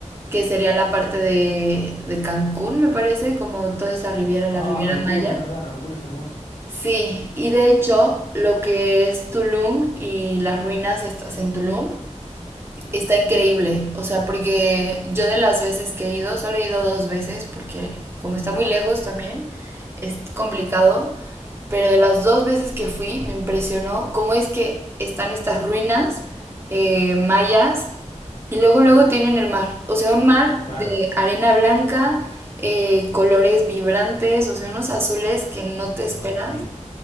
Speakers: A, on the right; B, on the left.
A: que sería la parte de, de Cancún, me parece, como toda esa riviera, la
B: Ah,
A: Riviera
B: Cancún,
A: Maya.
B: es verdad, Cancún es hermoso.
A: Sí, y de hecho, lo que es Tulum y las ruinas estas en Tulum está increíble. O sea, porque yo de las veces que he ido, solo he ido dos veces, porque como está muy lejos también, es complicado. Pero de las dos veces que fui, me impresionó cómo es que están estas ruinas eh, mayas y luego, luego tienen el mar. O sea, un mar
B: Claro.
A: de arena blanca, eh, colores vibrantes, o sea, unos azules que no te esperas.
B: No, qué lindo.